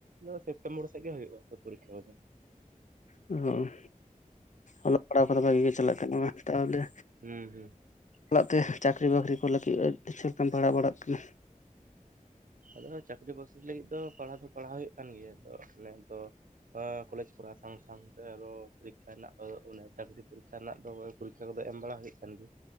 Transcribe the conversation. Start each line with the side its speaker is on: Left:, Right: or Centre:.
Right: ᱟᱫᱚ ᱥᱮᱯᱴᱮᱢᱵᱚᱨ ᱥᱮᱫ ᱜᱮ ᱦᱩᱭᱩᱜᱼᱟ ᱛᱚ ᱯᱚᱨᱤᱠᱠᱷᱟ ᱠᱚᱫᱚ᱾
Left: ᱦᱚᱸ᱾ ᱚᱞᱚᱜ ᱯᱟᱲᱦᱟᱣ ᱠᱚᱫᱚ ᱵᱷᱟᱜᱮ ᱜᱮ ᱪᱟᱞᱟᱜ ᱠᱟᱱᱟ ᱛᱟᱦᱚᱞᱮ,
Right: ᱦᱩᱸ ᱦᱩᱸ
Left: ᱚᱲᱟᱜ ᱛᱮ ᱪᱟᱹᱠᱨᱤ ᱵᱟᱹᱠᱨᱤ ᱠᱚ ᱞᱟᱹᱜᱤᱫ ᱛᱮ ᱥᱮᱨᱚᱠᱚᱢ ᱯᱟᱲᱦᱟᱣ ᱵᱟᱲᱟᱜ ᱠᱟᱱᱟ?
Right: ᱟᱫᱚ ᱱᱟᱜ ᱪᱟᱹᱠᱨᱤ ᱵᱟᱹᱥᱨᱤ ᱞᱟᱹᱜᱤᱫ ᱫᱚ ᱯᱟᱲᱦᱟᱣ ᱫᱚ ᱯᱟᱲᱦᱟᱣ ᱦᱩᱭᱩᱜ ᱠᱟᱱ ᱜᱮᱭᱟ ᱟᱫᱚ ᱱᱮᱥ ᱫᱚ ᱮ ᱠᱚᱞᱮᱡᱽ ᱠᱚᱨᱟᱣ ᱥᱟᱶ ᱥᱟᱶᱛᱮ ᱟᱫᱚ ᱯᱚᱨᱤᱠᱠᱷᱟ ᱨᱮᱱᱟᱜ ᱫᱚ ᱚᱱᱮ ᱪᱟᱹᱠᱨᱤ ᱯᱚᱨᱤᱠᱠᱷᱟ ᱨᱮᱱᱟᱜ ᱫᱚ ᱯᱚᱨᱤᱠᱠᱷᱟ ᱠᱚᱫᱚ ᱮᱢ ᱵᱟᱲᱟ ᱦᱩᱭᱩᱜ ᱠᱟᱱ ᱜᱮᱭᱟ?